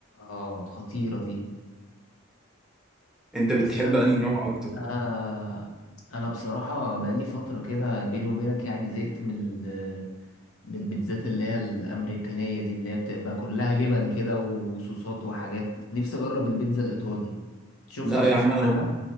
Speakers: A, on the left; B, in the centre.
A: اه خطيره دي
B: انت بتحب
A: بس انا
B: انهي نوع اكتر
A: انا أنا بصراحه بقالي فتره كده بيني وبينك يعني زهقت من ال- من البيتزات اللي هي الامريكانيه دي اللي هي بتبقى كلها جبن كده وصوصات وحاجات نفسي اجرب البيتزا الايطالي تشوفها
B: لا
A: او
B: يا
A: تسمع
B: عم انا مخ...
A: عنها